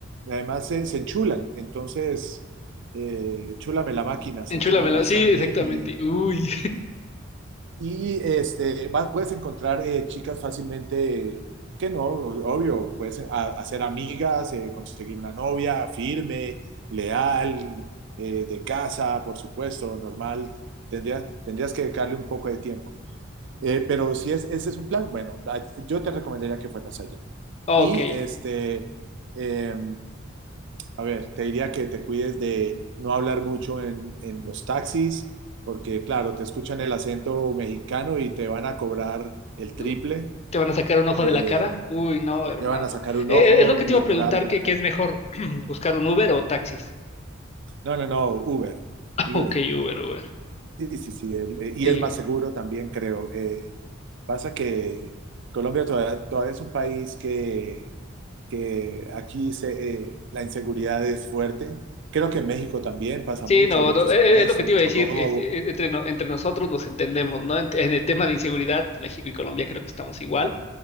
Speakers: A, on the right; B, on the left.
A: además se, se enchulan, entonces, eh, chúlame la máquina, se
B: enchúlamela.
A: enchulan bastante
B: Sí, exactamente.
A: y
B: Uy,
A: Y este, vas- puedes encontrar eh, chicas fácilmente, que no, obvio, puedes eh, a- hacer amigas, eh, conseguir una novia firme, leal, eh, de casa, por supuesto, normal. Tendrías, tendrías que dedicarle un poco de tiempo. Eh, pero si es, ese es un plan, bueno, a- yo te recomendaría que fueras allá.
B: <laughs>
A: Y
B: ok.
A: este, eh, a ver, te diría que te cuides de no hablar mucho en, en los taxis, porque claro, te escuchan el acento mexicano y te van a cobrar el
B: Uh,
A: triple,
B: ¿Te van a sacar un ojo
A: eh,
B: de la cara? Uy, no, hermano.
A: te van a sacar un
B: Eh,
A: ojo
B: eh, es lo que te
A: literal
B: iba a preguntar,
A: de
B: ¿qué,
A: la cara.
B: qué es mejor? <clears throat> ¿Buscar un Uber o taxis?
A: No, no, no, Uber,
B: <laughs>
A: el
B: Ok,
A: Uber.
B: Uber, Uber.
A: Sí, sí, sí, el- eh, y
B: Y,
A: es más seguro también, creo. Eh, pasa que Colombia todavía, todavía es un país que que aquí se, eh, la inseguridad es fuerte. Creo que en México también pasa
B: sí,
A: mucho,
B: no,
A: mucho
B: no,
A: secuestro,
B: eh, eh, es lo que te
A: mucho
B: iba a decir.
A: robo.
B: este, eh, entre, no- entre nosotros nos entendemos, ¿no? En, en el tema de inseguridad, México y Colombia creo que estamos igual.